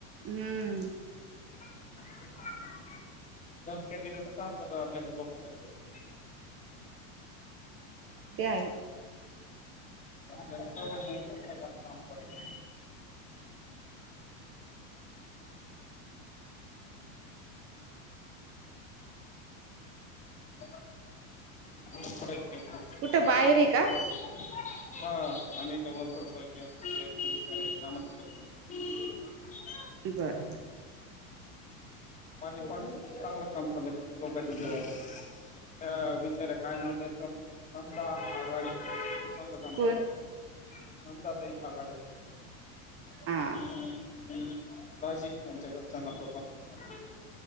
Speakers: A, on the right; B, on the left.
A: हम्म.
B: <unintelligible> धमक्या देण्याचं काम त करता आपल्याकड लोकसे <inaudible> -
A: तेआई -
B: <inaudible> काम करायच <inaudible> - <inaudible> <inaudible>
A: कुठं बाहेर आहे का
B: हा आम्हीत <inaudible> कामच करत नाइ.
A: बर
B: पाणी पात चांगलं काम चाल्लय फक्त लोकांच्या. <inaudible> त्या बिचाऱ्या! काय नाव त्यांचं? <unintelligible> आघाडी - चांगलं काम
A: कोण
B: करतात. नंदाताई आघाडे.
A: हा
B: <inaudible> बाजी, त्यांच्या घरच्यांना <unintelligible>